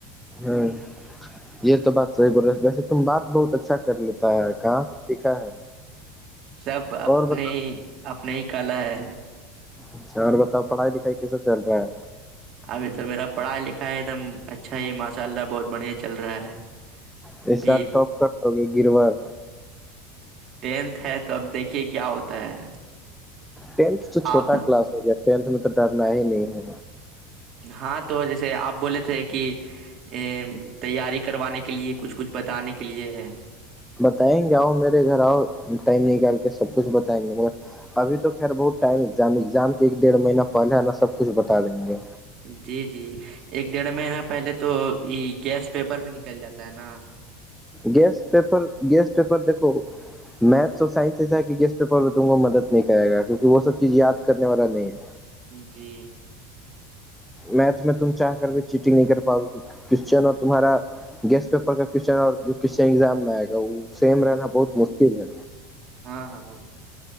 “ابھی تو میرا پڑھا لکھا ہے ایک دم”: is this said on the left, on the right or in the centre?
Right